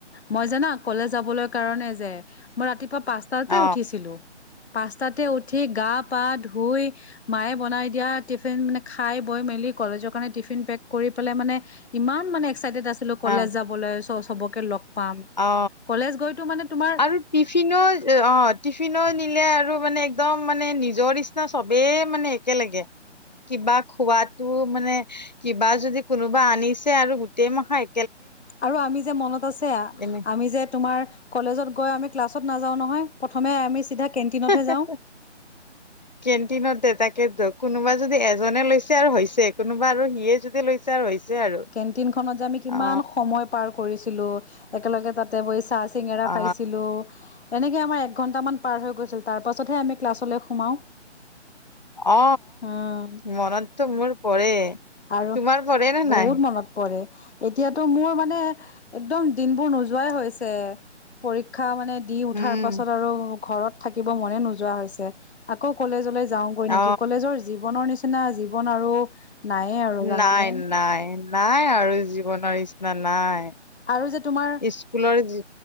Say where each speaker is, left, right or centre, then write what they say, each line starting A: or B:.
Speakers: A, on the left; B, on the left.
A: মই জানা কলেজ যাবলৈ কাৰণে যে মই ৰাতিপুৱা পাঁচটাতে
B: অ
A: উঠিছিলো পাঁচটাতে উঠি গা পা ধুই মায়ে বনাই দিয়া টিফিন মানে খাই বৈ মেলি কলেজৰ কাৰণে টিফিন পেক কৰি পেলাই মানে ইমান মানে এক্াইটেড আছিলো কলেজ
B: অ
A: যাবলৈ চ চবকে লগ পাম
B: অ
A: কলেজ গৈতো মানে তোমাৰ
B: আৰু টিফিনো অ টিফিনো নিলে আৰু মানে একদম মানে নিজৰ নিচিনা চবে মানে একেলগে কিবা খোৱাতো মানে কিবা যদি কোনোবা আনিছে আৰু গোটেই মখাই
A: আৰু আমি যে মনত আছে
B: এনে
A: আমি যে তোমাৰ কলেজত গৈ আমি ক্লাছত নাযাও নহয় প্ৰথমে আমি চিধা কেন্টিনতহে
B: হে হে
A: যাওঁ।
B: কেণ্টিন দে ত ত ধ কোনোবা যদি এজনে লৈছে আৰু হৈছে কোনোবা আৰু সিয়ে যদি লৈছে আৰু হৈছে আৰু
A: কেণ্টিন খনত যে আমি কিমান
B: অ
A: সময় পাৰ কৰিছিলো একেলগে তাতে বহি চাহ চিঙৰা
B: অ
A: খাইছিলো এনেকে আমাৰ একঘন্টামান পাৰ হৈ গৈছিল তাৰ পাছতহে আমি ক্লাছলৈ সোমাও
B: অ
A: উম
B: মনততো মোৰ পৰে
A: আৰু
B: তোমাৰ পৰে নে
A: বহুত
B: নাই
A: মনত পৰে এতিয়াতো মোৰ মানে একদম দিনবোৰ নোযোৱাই হৈছে প মানে দি উঠাৰ
B: উম
A: পাছত আৰু ঘৰত থাকিব মনে নোযোৱা হৈছে আকৌ কলেজলে যাওঁগৈ
B: অ
A: নেকি কলেজৰ জীৱনৰ নিচিনা জীৱন আৰু নায়ে আৰু জানানে
B: নাই নাই নাই আৰু জীৱনৰ নিচিনা নাই
A: আৰু যে তোমাৰ
B: স্কুলৰ যি